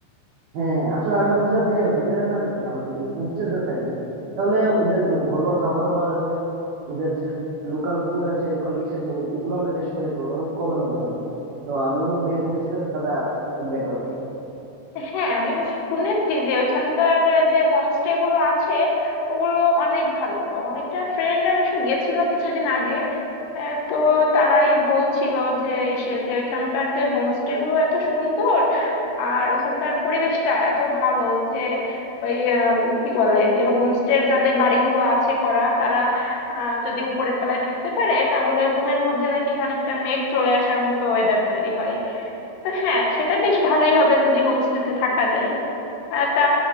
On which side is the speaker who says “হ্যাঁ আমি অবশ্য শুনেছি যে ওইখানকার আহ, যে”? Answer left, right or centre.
Left